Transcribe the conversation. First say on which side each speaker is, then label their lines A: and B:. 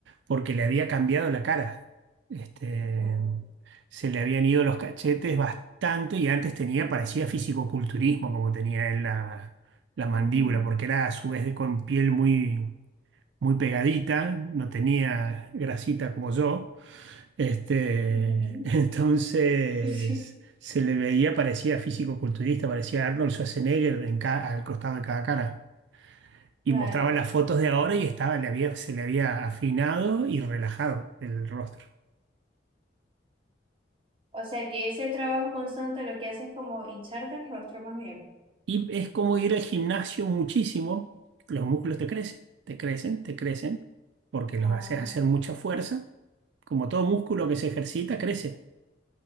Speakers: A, on the right; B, on the right.
A: porque le había cambiado la cara. Este,
B: Claro.
A: se le habían ido los cachetes bastante y antes tenía, parecía fisicoculturismo como tenía él la, la mandíbula,
B: Ujú,
A: porque era a su vez de- con piel muy, muy pegadita, no tenía grasita como yo. Este,
B: ujú.
A: <laughs> entonces
B: <laughs>
A: se le veía, parecía físico-culturista, parecía Arnold Schwarzenegger en ca- al costado de cada cara. Y
B: Claro.
A: mostraban las fotos de ahora y estaba, le había, se le había afinado y relajado el rostro.
B: O sea que ese trabajo constante lo que hace es como hincharte el rostro más bien.
A: Y es como ir al gimnasio muchísimo, los músculos te crecen, te crecen, te crecen, porque
B: Ah,
A: los haces hacer mucha fuerza. Como todo músculo que se ejercita, crece.